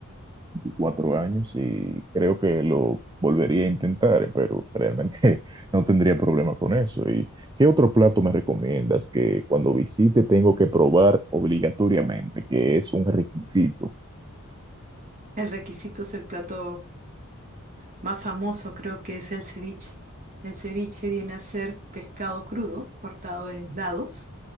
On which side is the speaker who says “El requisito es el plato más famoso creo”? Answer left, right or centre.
Right